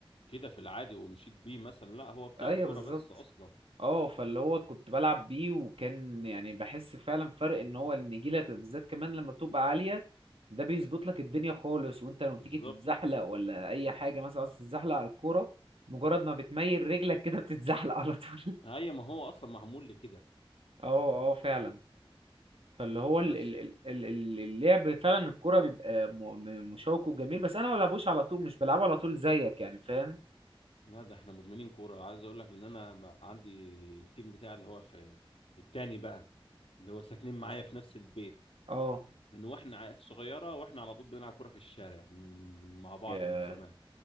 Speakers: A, on the left (about 80°); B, on the right (about 80°).
A: كده في العادي ومشيت بيه مثلا لا هو بتاع
B: ايوه
A: كوره
B: بالظبط
A: بس اصلا
B: اه فاللي هو كنت بلعب بيه وكان يعني بحس فعلا فرق ان هو النجيله بالذات كمان لما بتبقى عاليه ده بيظبط لك الدنيا خالص وانت لما
A: بالظبط
B: بتيجي تتزحلق ولا اي حاجه مثلا عايز تتزحلق على الكوره مجرد ما بتميل رجلك كده بتتزحلق على طول
A: هي ما هو اصلا معمول لكده
B: <laughs> اه اه فعلا فاللي هو ال-
A: بس
B: ال- ال- ال- ال- اللعب فعلا الكوره بيبقى م- م- مشوق وجميل بس انا ما بلعبوش على طول مش بلعبه على طول زيك يعني فاهم
A: لا ده احنا مدمنين كوره عايز اقول لك ان انا ما- عندي التيم بتاعي اللي هو في التاني بقى اللي هو ساكنين معايا في نفس البيت
B: اه
A: من واحنا عيال صغيره واحنا على طول بنلعب كوره في الشارع من مع بعض
B: ياه
A: من زمان